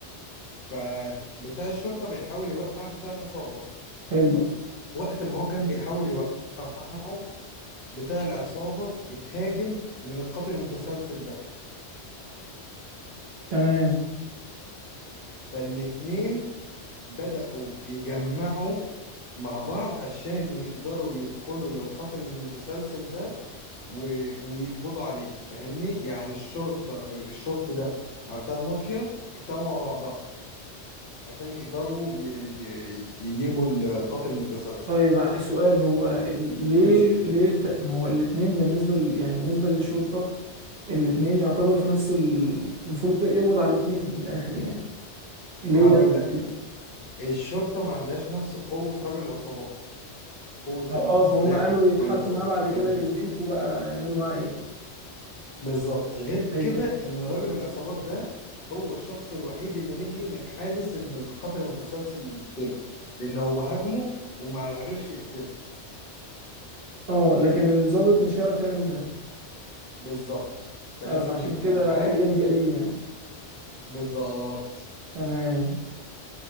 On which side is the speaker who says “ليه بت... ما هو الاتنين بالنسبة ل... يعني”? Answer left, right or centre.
Right